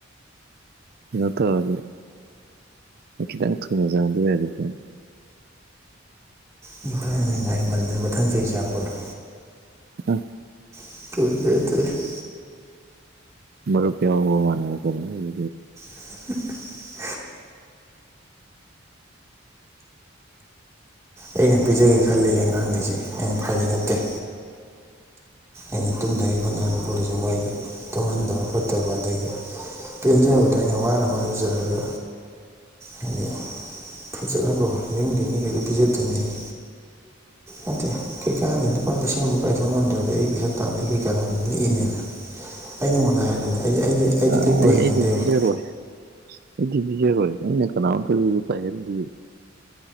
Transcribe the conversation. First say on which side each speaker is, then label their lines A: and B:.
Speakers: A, on the right; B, on the right.
A: ꯀꯩꯅꯣ ꯇꯧꯔꯗꯤ ꯑꯩ ꯈꯤꯇꯪ ꯊꯨꯅ ꯆꯪ <unintelligible>
B: <unintelligible> ꯃꯊꯪ ꯆꯍꯤ <unintelligible>
A: ꯑ
B: <unintelligible>
A: ꯃꯔꯨꯞ ꯌꯥꯎꯕ ꯋꯥꯅꯦꯕꯀꯣ <unintelligible>
B: <unintelligible> ꯑꯩꯅ ꯄꯤꯖꯒꯦ ꯈꯜꯂꯤ ꯑꯉꯥꯡꯒꯩꯁꯦ ꯑꯩꯅ ꯐꯥꯒꯤ ꯅꯠꯇꯦ ꯑꯩꯅ ꯇꯨꯝꯗꯒꯩ ꯍꯣꯠꯅꯔꯁꯨ ꯃꯣꯏ ꯇꯨꯝꯍꯟꯗꯕ ꯈꯣꯠꯇꯕ ꯑꯗꯒꯤ ꯄꯦꯟꯖꯕꯗꯣ ꯑꯩꯅ ꯋꯥꯅ ꯍꯣꯠꯅꯖꯔꯒ ꯍꯥꯏꯗꯤ ꯐꯖꯅꯀꯣ ꯌꯨꯝꯒꯤ ꯃꯤꯒꯩꯗꯣ ꯄꯤꯖꯗꯣꯏꯅꯤ <unintelligible> ꯀꯩꯀꯥꯅꯤ ꯂꯨꯄꯥ ꯂꯤꯁꯤꯡ ꯑꯃꯐꯧ ꯀꯥꯏꯊꯣꯛ ꯉꯝꯗ꯭ꯔꯗꯤ ꯑꯩ ꯄꯩꯁꯥ ꯇꯥꯟꯕꯩ ꯀꯩ ꯀꯥꯟꯅꯅꯤ ꯂꯤꯛꯏꯅꯦ ꯅ ꯑꯩ ꯅꯉꯣꯟꯗ ꯍꯥꯏꯗꯨꯅꯤ ꯑꯩꯗꯤ ꯑꯩꯗꯤ
A: ꯑꯩ
B: ꯑꯩꯗꯤ ꯂꯤꯛꯄ ꯍꯩꯅꯗꯦꯕ
A: ꯑꯩꯗꯤ ꯄꯤꯖꯔꯣꯏ ꯑꯩꯗꯤ ꯄꯤꯖꯔꯣꯏ ꯑꯩꯅ ꯀꯅꯥꯝꯇꯁꯨ ꯄꯥꯏꯍꯟꯗꯦ